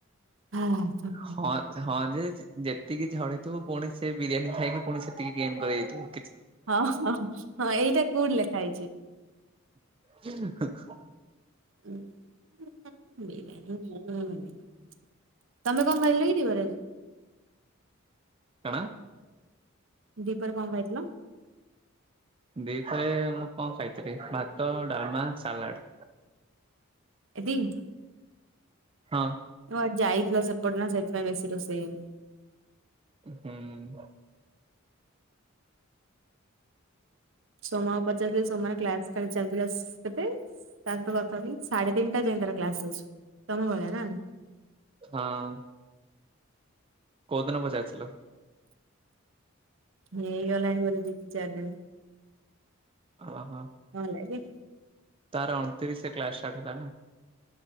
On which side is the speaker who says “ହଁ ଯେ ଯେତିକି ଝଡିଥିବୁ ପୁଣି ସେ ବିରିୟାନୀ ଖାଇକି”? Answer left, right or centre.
Right